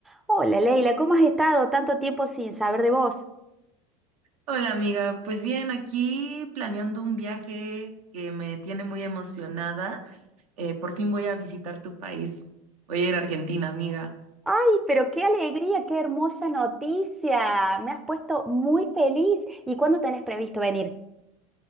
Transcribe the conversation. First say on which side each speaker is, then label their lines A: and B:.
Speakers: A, in the centre; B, on the right.
A: Hola Leila, ¿cómo has estado tanto tiempo sin saber de vos?
B: Hola amiga, pues bien, aquí planeando un viaje que me tiene muy emocionada. Eh, por fin voy a visitar tu país. Voy a ir a Argentina, amiga.
A: Ay, pero qué alegría, qué hermosa noticia. Me has puesto muy feliz. ¿Y cuándo tenés previsto venir?